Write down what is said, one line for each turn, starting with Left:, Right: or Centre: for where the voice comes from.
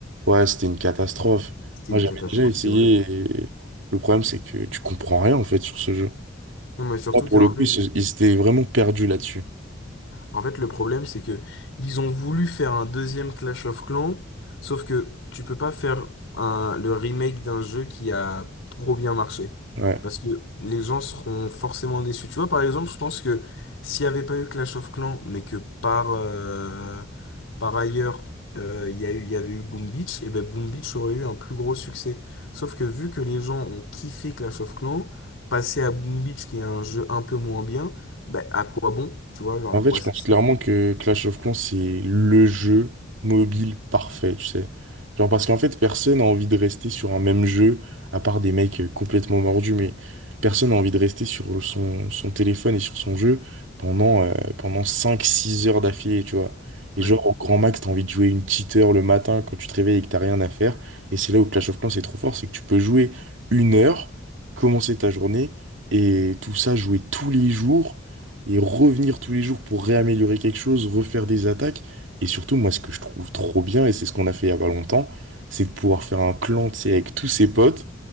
Right: Ouais, c'était une catastrophe.
Left: C'était
Right: Moi,
Left: une
Right: j'avais
Left: catastrophe,
Right: déjà essayé
Left: c'était horrible.
Right: et le problème, c'est que tu comprends rien en fait sur ce jeu.
Left: Non, mais surtout
Right: Là, pour
Left: qu'en
Right: le coup,
Left: fait,
Right: ils se- ils s'étaient vraiment perdus là-dessus.
Left: En fait, le problème, c'est que ils ont voulu faire un deuxième Clash of Clans, sauf que tu peux pas faire un, le remake d'un jeu qui a trop bien marché.
Right: Ouais.
Left: Parce que les gens seront forcément déçus. Tu vois, par exemple, je pense que s'il n'y avait pas eu Clash of Clans, mais que par, euh, par ailleurs, euh, il y a eu, il y avait eu Boom Beach, et ben Boom Beach aurait eu un plus gros succès. Sauf que vu que les gens ont kiffé Clash of Clans, passer à Boom Beach, qui est un jeu un peu moins bien, bah, à quoi bon, tu vois, genre
Right: En
Left: à quoi
Right: fait, je
Left: ça
Right: pense
Left: sert?
Right: clairement que Clash of Clans, c'est le jeu mobile parfait, tu sais. Genre, parce qu'en fait, personne n'a envie de rester sur un même jeu, à part des mecs euh, complètement mordus, mais personne n'a envie de rester sur son, son téléphone et sur son jeu pendant, euh, pendant cinq six heures d'affilée, tu vois. Et
Left: Ouais.
Right: genre, au grand max, t'as envie de jouer une petite heure le matin quand tu te réveilles et que t'as rien à faire. Et c'est là où Clash of Clans, c'est trop fort, c'est que tu peux jouer une heure, commencer ta journée, et tout ça, jouer tous les jours et revenir tous les jours pour réaméliorer quelque chose, refaire des attaques. Et surtout, moi, ce que je trouve trop bien, et c'est ce qu'on a fait il y a pas longtemps, c'est de pouvoir faire un clan, tu sais, avec tous ses potes,